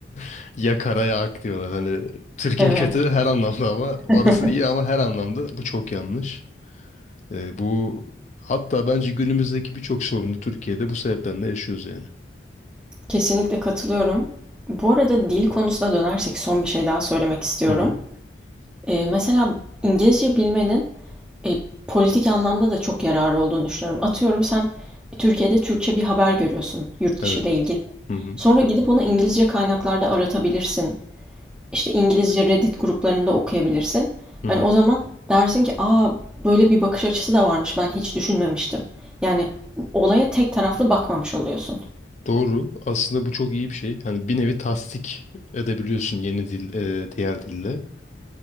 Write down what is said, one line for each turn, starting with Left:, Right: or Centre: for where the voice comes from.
Left: <laughs> Ya kara ya ak diyorlar. Hani Türkiye
Centre: Evet.
Left: kötü her anlamda ama
Centre: <laughs>
Left: orası iyi ama her anlamda bu çok yanlış. Eee, bu hatta bence günümüzdeki birçok sorunu Türkiye'de bu sebepten de yaşıyoruz yani.
Centre: Kesinlikle katılıyorum. Bu arada dil konusuna dönersek son bir şey daha söylemek istiyorum.
Left: Hı hı.
Centre: Ee, mesela İngilizce bilmenin e, politik anlamda da çok yararı olduğunu düşünüyorum. Atıyorum sen Türkiye'de Türkçe bir haber görüyorsun yurt
Left: Evet.
Centre: dışı ile ilgili.
Left: Hı hı.
Centre: Sonra gidip onu İngilizce kaynaklarda aratabilirsin. İşte İngilizce Reddit gruplarında okuyabilirsin.
Left: Hı
Centre: Hani
Left: hı.
Centre: o zaman dersin ki aa böyle bir bakış açısı da varmış ben hiç düşünmemiştim. Yani olaya tek taraflı bakmamış oluyorsun.
Left: Doğru. Aslında bu çok iyi bir şey. Hani bir nevi tasdik edebiliyorsun yeni dil, eee, diğer dille.